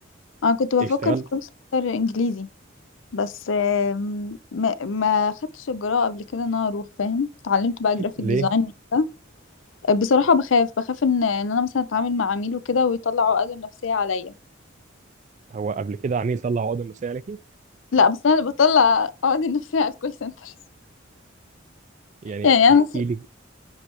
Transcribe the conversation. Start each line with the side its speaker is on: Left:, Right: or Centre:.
Left: انا كنت بفكر
Right: اشتغلت
Left: في كول سنتر انجليزي بس آم، ما ما خدتش الجرأة قبل كده ان انا اروح فاهم اتعلمت بقى جرافيك
Right: ليه
Left: ديزاين وكده بصراحة بخاف بخاف ان ان انا مثلا اتعامل مع عميل وكده ويطلع عقده النفسية عليا
Right: هو قبل كده عميل طلع عقده نفسيه عليكي
Left: لا بس انا اللي بطلع عقدي النفسية على الكول سنتر <laughs>
Right: يعني
Left: يعني انا
Right: احكي لي